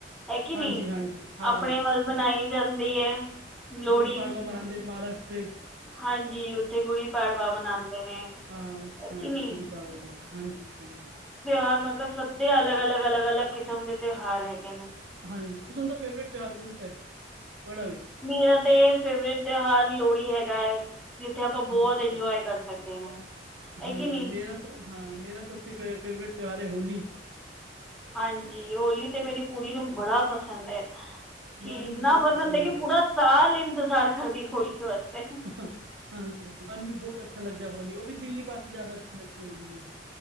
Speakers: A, in the centre; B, on the right.
A: ਹੈਕਿ
B: ਹਾਂਜੀ
A: ਨੀ,
B: ਹਾਂਜੀ ਹਾਂ
A: ਆਪਣੇ ਵੱਲ
B: ਜਿਸ
A: ਮਨਾਈ ਜਾਂਦੀ ਹੈ। ਲੋਹੜੀ
B: ਗੁੜੀ ਪਾੜਵਾ ਮ ਰਾਂਦੇੇ ਮਹਾਰਾਸ਼ਟਰੇ
A: ਹਾਂਜੀ ਉੱਥੇ ਗੁੜੀ ਪਾੜਵਾ ਮਨਾਉਂਦੇ ਨੇ
B: ਹਾਂ ਉਥ
A: ਹੈ ਕਿ ਨਹੀਂ
B: ਗੜੀ ਵਾਲਾ ਵੀ ਹਾਂਜੀ ਹਾਂਜੀ
A: ਿਉਹਾਰ ਮਤਲਬ ਸਧੇ ਅਲੱਗ ਅਲਗ ਅਲੱਗ ਅਲੱਗ ਕਿਸਮ ਦੇ ਤਿਉਹਾਰ ਹੈਗੇ ਨੇ
B: ਹਾਂਜੀ ਤੁਂ ਦਾ ਫੇਵਰੇਟ ਤਿਉਹਾਰ ਕੌਣ ਤਾਂ ਹੈ ਪੜਾ ਵੀ
A: ਮੇਰਾ ਤੇ ਫੇਵਰੇਟ ਤਿਉਹਾਰ ਲੋਹੜੀ ਹੈਗਾ ਹੈ ਜਿੱਥੇ ਆਪਾਂ ਬਹੁਤ
B: ਅੱਛਾ
A: ਇੰਜੋਏ ਕਰ ਸਕਦੇ ਨੇ ਹੈਗੀ
B: ਹਾਂ
A: ਨੀ
B: ਮੇਰਾ ਹਾਂ ਮੇਰਾ ਸਭ ਫ ਫੇਵਰੇਟ ਤਿਉਹਾਰ ਹੈ ਹੋਲੀ
A: ਹਾਂਜੀ ਹੋਲੀ ਤੇ ਮੇਰੀ ਕੁੜੀ ਨੂੰ ਬੜਾ ਪਸੰਦ ਹੈ ਕਿ
B: ਮਨ
A: ਇੰਨਾ
B: ਵੀ ਬਹੁਤ
A: ਪਸੰਦ ਹੈ ਕਿ
B: ਹੋਲੀ
A: ਪੂਰਾ ਸਾਲ ਇੰਤਜ਼ਾਰ ਕਰਦੀ ਹੋਲੀ ਵਾਸਤੇ
B: ਾਂ ਹਾਂਜੀ ਹਾਂਜੀ ਮਨ ਵੀ ਬਹੁਤ ਅੱਛਾ ਲੱਗਦਾ ਹੈ ਹੋਲੀ ਉਹ ਵੀ ਦਿੱਲੀ ਪਾਸੇ ਜ਼ਿਆਦਾ ਅੱਛੀ ਲੱਗਗੀ ਹੋਲੀ ਮੈਨੂੰ